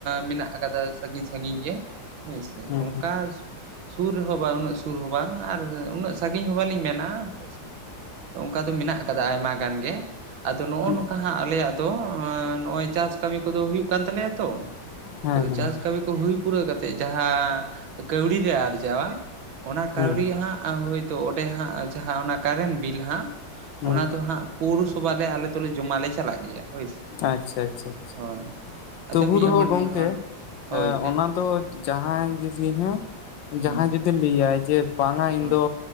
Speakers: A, on the right (about 80°); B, on the left (about 75°).
A: ᱢᱮᱱᱟᱜ ᱠᱟᱫᱟ ᱥᱟᱺᱜᱤᱧ ᱥᱟᱺᱜᱤᱧ ᱜᱮ, ᱦᱳᱭ ᱥᱮ
B: ᱦᱩᱸ
A: ᱚᱱᱠᱟ
B: ᱦᱩᱸ
A: ᱥᱩᱢᱩᱝ, ᱥᱩᱨ ᱨᱮᱦᱚᱸ ᱵᱟᱝ ᱩᱱᱟᱹᱜ ᱥᱩᱨ ᱦᱚᱸ ᱵᱟᱝ, ᱟᱨ ᱩᱱᱟᱹᱜ ᱥᱟᱺᱜᱤᱧ ᱦᱚᱸ ᱵᱟᱞᱤᱧ ᱢᱮᱱᱟ ᱦᱳᱭ ᱥᱮ, ᱚᱱᱠᱟ ᱫᱚ ᱢᱮᱱᱟᱜ ᱠᱟᱫᱟ ᱟᱭᱢᱟ ᱜᱟᱱ ᱜᱮ, ᱟᱫᱚ ᱱᱚᱜᱼᱚ
B: ᱦᱩᱸ
A: ᱱᱚᱝᱠᱟ ᱦᱜ ᱟᱞᱮᱭᱟᱜ ᱫᱚ, ᱱᱚᱜᱚᱭ ᱪᱟᱥ ᱠᱟᱹᱢᱤ ᱠᱚᱫᱚ ᱦᱩᱭᱩᱜ ᱠᱟᱱ ᱛᱟᱞᱮᱭᱟ ᱛᱚ,
B: ᱦᱮᱸ
A: ᱦᱳᱭ
B: ᱦᱮᱸ
A: ᱪᱟᱥ ᱠᱟᱹᱢᱤ ᱠᱚ ᱦᱩᱭ ᱯᱩᱨᱟᱹᱣ ᱠᱟᱛᱮᱡ ᱡᱟᱦᱟᱸ ᱠᱟᱹᱣᱰᱤ ᱡᱮ ᱟᱨ ᱡᱟᱣᱟ, ᱚᱱᱟ
B: ᱦᱩᱸ
A: ᱠᱟᱹᱣᱰᱤ ᱦᱟᱸᱜ ᱦᱳᱭᱛᱳ ᱚᱸᱰᱮ ᱦᱟᱸᱜ ᱡᱟᱦᱟᱸ ᱠᱟᱨᱮᱱ ᱵᱤᱞ ᱦᱟᱸᱜ,
B: ᱦᱩᱸ
A: ᱚᱱᱟ ᱫᱚ ᱦᱟᱸᱜ ᱯᱳᱣᱨᱚᱥᱚᱵᱷᱟ ᱨᱮ ᱟᱞᱮ ᱫᱚᱞᱮ ᱡᱚᱢᱟᱞᱮ ᱪᱟᱞᱟᱜ ᱜᱮᱭᱟ ᱦᱳᱭ ᱥᱮ᱾
B: ᱟᱪᱪᱷᱟ, ᱟᱪᱪᱷᱟ, ᱟᱪᱪᱷᱟ,
A: ᱦᱳᱭ
B: ᱛᱚᱵᱩᱨᱮᱦᱚᱸ
A: ᱟᱫᱚ ᱢᱤᱫ ᱦᱚᱲ
B: ᱜᱚᱝᱠᱮ,
A: ᱢᱤᱫ ᱦᱚᱲ ᱦᱳᱭ
B: ᱮᱸ
A: ᱞᱟᱹᱭ
B: ᱚᱱᱟ
A: ᱵᱤᱱ
B: ᱫᱚ ᱡᱟᱦᱟᱸᱭ ᱡᱩᱫᱤ ᱦᱮᱸ,
A: ᱦᱩᱸ
B: ᱡᱟᱦᱟᱸ ᱡᱩᱫᱤ ᱞᱟᱹᱭᱟᱭ, ᱡᱮ ᱵᱟᱝᱟ ᱤᱧ
A: ᱦᱳᱭ
B: ᱫᱚ